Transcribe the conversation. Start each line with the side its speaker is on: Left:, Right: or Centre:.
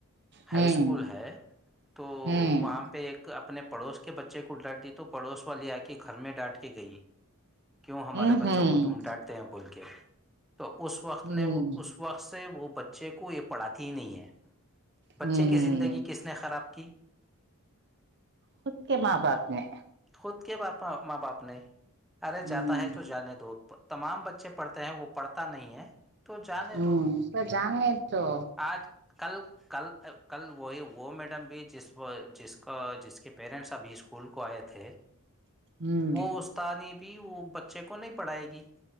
Right: ہوں ہوں
Centre: ہائی اسکول ہے تو
Right: ہوں
Centre: وہاں پہ ایک اپنے پڑوس کے بچے کو ڈانٹ دی تو پڑوس والی آ کے گھر میں ڈانٹ کے گئی کیوں ہمارے
Right: ہوں
Centre: بچوں کو تم ڈانٹتے ہیں بول کے تو اس وقت
Right: ہوں
Centre: نے وہ اس وقت سے وہ بچے کو یہ پڑھاتی ہی نہیں ہے بچے
Right: ہوں
Centre: کی زندگی کس نے خراب کی
Right: خود کے ماں باپ نے
Centre: خود کے باپا ماں باپ نے ارے
Right: ہوں
Centre: جاتا ہے تو جانے دو تمام بچے پڑھتے ہیں وہ پڑھتا نہیں ہے تو جانے
Right: ہوں
Centre: دو
Right: تو جاننے تو
Centre: آج کل کل کل وہی وہ میڈم بھی جس جس کو جس کے پیرنٹس ابھی اسکول کو آئے تھے ہے
Right: ہوں
Centre: وہ استانی بھی وہ بچے کو نہیں پڑھائے گی